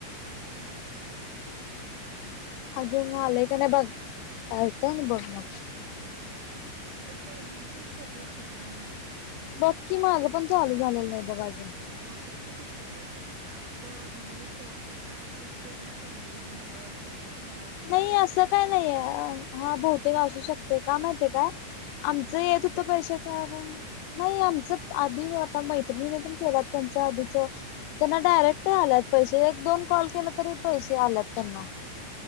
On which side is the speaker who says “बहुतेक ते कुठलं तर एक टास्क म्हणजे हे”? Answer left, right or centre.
Right